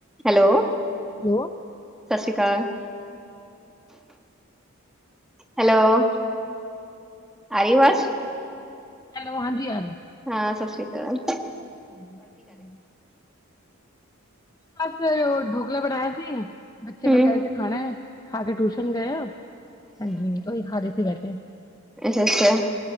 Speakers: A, in the centre; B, on the left.
A: ਹੈਲੋ।
B: ਹੈਲੋ।
A: ਸਤਿ ਸ਼੍ਰੀ ਅਕਾਲ। ਹੈਲੋ, ਆਰੀ ਆਵਾਜ਼।
B: ਹੈਲੋ, ਹਾਂਜੀ ਆਰੀ।
A: ਹਾਂ, ਸਤਿ ਸੀ ਅਕਾਲ ।
B: <unintelligible> <unintelligible> ਕੁ ਬਸ ਉਹ ਡੋਕਲਾ ਬਣਾਇਆ ਸੀ। ਬੱਚੇ
A: ਹੂੰ,
B: ਲੋਕ ਕਹਿ ਰਹੇ ਖਾਣਾ ਹੈ, ਖਾ ਕੇ ਟਿਊਸ਼ਨ ਗਏ ਆ। ਹਾਂਜੀ ਤੁਹੀ ਹਾਰੇ ਤੇ ਬੈਠੇ।
A: ਅੱਛਾ- ਅੱਛਾ